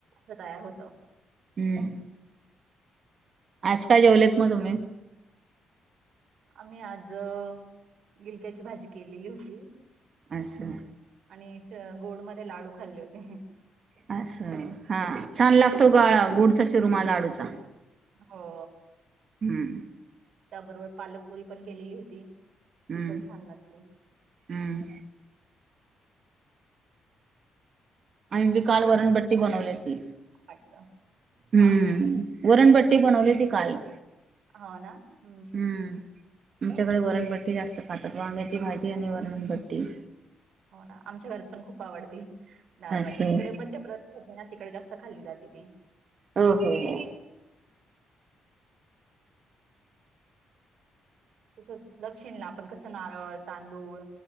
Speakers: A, on the right; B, on the right.
A: हे <inaudible> तयार होतं
B: हम्म. आज काय जेवलेत मग तुम्ही?
A: आम्ही आज अं, गिलक्याची भाजी केलेली होती.
B: असं.
A: आणि स गोडमध्ये लाडू खाल्ले होते.
B: असं,
A: बुंदीचे.
B: हा छान लागतो गळा गुडचा चुरमा लाडूचा.
A: हो.
B: हम्म.
A: त्याबरोबर, पालकपुरी पण केलेली होती.
B: हम्म
A: ती पण छान लागते.
B: हम्म. आम्ही बी काल
A: मुलांना
B: वरन बट्टी बनवली.
A: वाटतं.
B: हम्म.
A: हां,
B: वरणबट्टी बनवली होती काल.
A: हो, ना हम्म.
B: हम्म, आमच्याकडे वरणबट्टी जास्त खातात. वांग्याची भाजी आणि वरणबट्टी.
A: हो, ना आमच्या घरात पण खूप आवडती डाळबाटी
B: असं
A: तिकडे मध्य प्र ना तिकडे जास्त खाल्ली जाते ती.
B: हो हो हो.
A: तसंच, दक्षिणेला आपण कसं नारळ तांदूळ